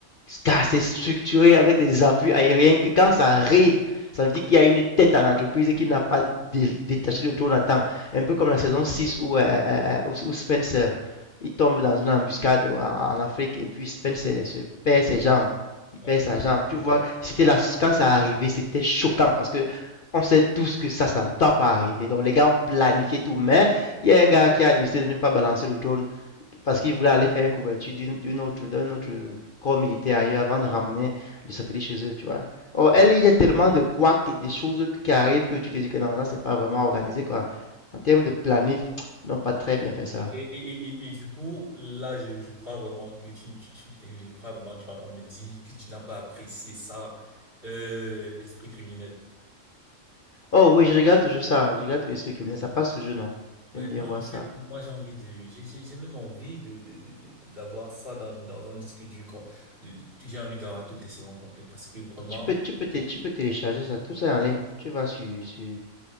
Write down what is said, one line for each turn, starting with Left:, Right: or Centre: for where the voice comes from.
Left: assez structuré avec des appuis aériens que quand ça arrive, ça veut dire qu'il y a une tête à l'entreprise qui n'a pas dé- détaché de Jonathan. Un peu comme la saison 6 où, euh, euh, où- où Spence euh, il tombe dans une embuscade en, en Afrique et puis Spence euh, se perd ses jambes. Il
Right: Ouais.
Left: perd sa jambe. Tu vois, c'était là, quand ça arrivait, c'était choquant parce que on sait tous que ça, ça ne doit pas arriver. Donc les gars ont planifié tout, mais il y a un gars qui a décidé de ne pas balancer le drone parce qu'il voulait aller faire une couverture d'une d'une autre, d'un autre corps militaire ailleurs avant de ramener le satellite chez eux, tu vois. Or, elle, il y a tellement de couacs et des choses qui arrivent que tu te dis que non, ça, c'est pas vraiment organisé, quoi. En termes de planif, ils n'ont pas très bien fait ça.
Right: Ouais, et, et, et, et et du coup, là, je, je crois vraiment que tu, tu- tu- je crois vraiment que tu vas pas me dire que tu n'as pas apprécié ça, euh, esprit criminel.
Left: Oh oui, je regarde toujours ça, je regarde tous les trucs criminels, ça passe toujours, non?
Right: Ouais,
Left: J'aime
Right: moi,
Left: bien voir
Right: en fait,
Left: ça.
Right: moi, j'ai envie de, j'ai, j'ai j'ai même envie de, de, de, de- d'avoir ça dans, dans un disque dur, qu'on- de, de- j'ai envie d'avoir toutes les saisons complètes parce que vraiment,
Left: Tu peux, tu peux, té- tu peux télécharger ça, tout ça en ligne. Tu vas sur, sur